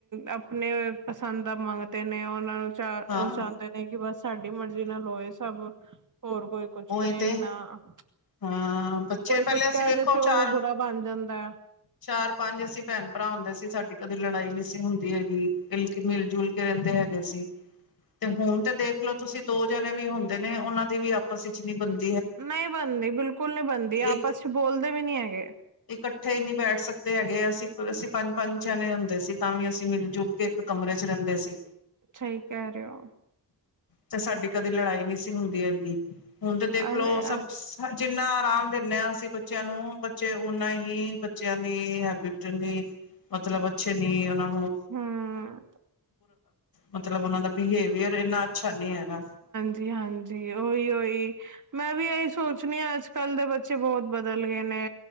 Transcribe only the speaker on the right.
ਆਪਣੇ ਪਸੰਦ ਦਾ ਮੰਗ ਨੇ ਉਹਨਾਂ ਨੂੰ ਚ
ਉਹ ਚਾਹੁੰਦੇ ਨੇ ਕਿ ਬਸ ਸਾਡੀ ਮਰਜ਼ੀ ਨਾਲ ਹੋਏ ਸਭ ਹੋਰ ਕੋਈ ਕੁਛ
ਕਹੇ
ਨਾ
ਕੋਈ
ਕੁਛ
ਕਹਿ
ਦੇ ਤੇ ਉਹ
ਬੁਰਾ ਬਣ ਜਾਂਦਾ।
ਨਹੀਂ ਬਣਦੀ ਬਿਲਕੁਲ ਨਹੀਂ ਬਣਦੀ ਆਪਸ
ਚ ਬੋਲਦੇ ਵੀ ਨਹੀਂ ਹੈਗੇ।
ਅੱਛਾ ਹੀ ਕਹਿ ਰਹੇ ਹੋ।
ਅਰੇ
ਹਮ
ਜੀ ਹਾਂਜੀ ਓਹੀ - ਓਹੀ। ਮੈਂ ਵੀ ਇਹੀ ਸੋਚਣੀ ਆ ਅੱਜ ਕੱਲ ਦੇ ਬੱਚੇ ਬਹੁਤ ਬਦਲ ਗਏ ਨੇ